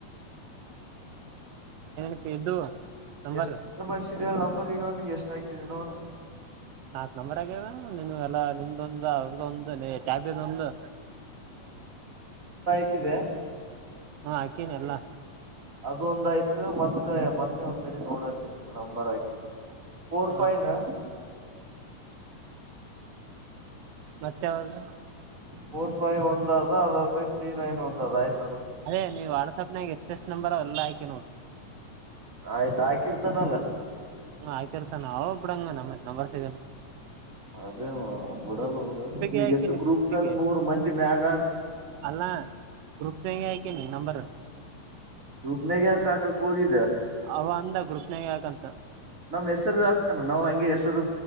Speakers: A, on the right; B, on the right.
A: <unintelligible> ಇದ್ದು ನಂಬರ್.
B: ಎಷ್ಟ ಮಾಡ್ಸಿದ ಹೇಳ ನಂಬರ್ ಈಗ ಅವನಿಗೆ ಎಷ್ಟ ಹಾಕಿದಿ ನೋಡ
A: ಹತ್ ನಂಬರ್ ತಗ್ಯಲಾ ನೀನು ಎಲ್ಲ ನಿಂದೊಂದ ಅವ್ರದೊಂದ ಅದ ನೀ ಟ್ಯಾಬಿದೊಂದು.
B: ಕ್ಕಿದೆ.
A: ಹಾ ಹಾಕೀನಿ ಎಲ್ಲ.
B: ಅದೊಂದಾಯ್ತು ಮತ್ತ ಮ ಮತ್ತೆ ತಡಿ ನೋಡತನ್ ನಂಬರ್ ಹಾಕಿ ಫೋರ್
A: ಹಾ
B: ಫೈವ್ ನ
A: ಮತ್ತೆ ಅವ್ರ್ದು.
B: ಫೋರ್ ಫೈವ್ ಒಂದ ಅದ ಅದಾದ್ಮೇಲೆ ತ್ರೀ ನೈನ್ ಒಂದ ಅದ ಆಯ್ತು.
A: ಅದೇ ನೀವು ವಾಟ್ಸಾಪ್ನಾಗ ಎಷ್ಟ್ ಎಷ್ಟ್ ನಂಬರ್ ಅವ್ ಅವೆಲ್ಲ ಆತು. <unintelligible>
B: ಆಯ್ತು ಹಾಕಿರ್ತಾನಲ್ಲ.
A: ಹ ಹಾಕಿರ್ತಾನ ಅವ ಬಿಡಂಗ ನ ನಂಬರ್ ಸಿಗಲ್ಲ.
B: ಅದೇ ಬಿಡಲ್ಲ ಬಿಡು
A: ಗ್ರೂಪಿಗೆ
B: ಈಗ
A: ಹಾಕೀನಿ
B: ಎಷ್ಟು ಗ್ರೂಪದಾಗ
A: ಗ್ರೂಪಿಗೆ
B: ನೂರ್ ಮಂದಿ ಮ್ಯಾಗ.
A: ಅಲ್ಲ ಗ್ರೂಪ್ನಗೆ ಆಕೇನಿ ನಂಬರು.
B: ಗ್ರೂಪ್ನಗ ಯಾಕ್ ಹಾಕಾಕ್ ಹೋದಿ
A: ಅವ ಅಂದ ಗ್ರುಪ್ ಯಾಕಂತ
B: ನಮ್ ಹೆಸರು ಆಗ್ತಾನು ನಾವ್ ಹಂಗೆ ಹೆಸರು